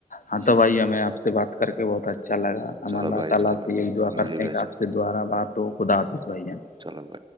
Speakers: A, on the left; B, on the right.
A: ہاں
B: جی
A: تو بائی ہمیں آپ سے بات کر کے بہت اچھا لگا ہم
B: چلو
A: اللہ
B: بھائی
A: تعالی
B: چلو بھائی
A: سے یہی
B: تھینک
A: دعا
B: یو
A: کرتے
B: مجھے بھی
A: ہیں
B: اچھا
A: کہ آپ سے دوبارہ بات ہو خداظ بھائی جان
B: چلو بھ